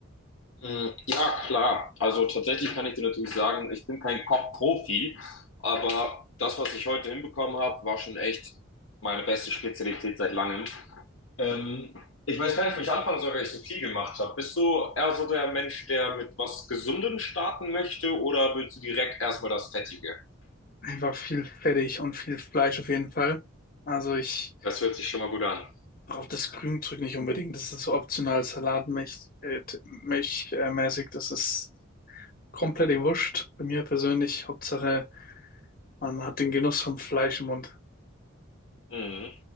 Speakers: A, on the left; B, on the left.
A: Mm, Ja, klar. Also tatsächlich kann ich dir natürlich sagen, ich bin kein Kochprofi, aber das, was ich heute hinbekommen habe, war schon echt meine beste Spezialität seit langem. Ähm, ich weiß gar nicht, wo ich anfangen soll, weil ich so viel gemacht habe. Bist du eher so der Mensch, der mit was Gesundem starten möchte, oder willst du direkt erstmal das Fettige?
B: Einfach viel Fettig und viel Fleisch auf jeden Fall. Also ich
A: Das hört sich schon mal gut an.
B: braucht das Grünzeug nicht unbedingt. Das ist so optional salatmäßig, äh, mäch- äh, mäßig. Das ist komplett wurscht. Bei mir persönlich, Hauptsache, man hat den Genuss vom Fleisch im Mund.
A: Mhm.